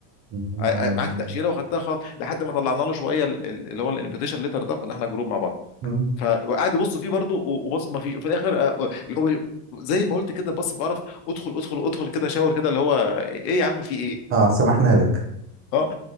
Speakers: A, on the right (about 30°); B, on the left (about 85°).
A: يعني هم
B: ع-
A: يعني
B: ع- معاك تاشيره واخدتها خلاص لحد ما طلعنا له شويه ال- ال- اللي هو الانفيتيشن ليتر ده كنا احنا جروب مع بعض
A: مم.
B: فقعد يبص فيه برضه و- وبص ما فيش وفي الاخر آه، اللي هو زي ما قلت كده بص بقرف ادخل ادخل ادخل كده شاور كده اللي هو ايه يا عم في ايه
A: اه سمحنا لك
B: اه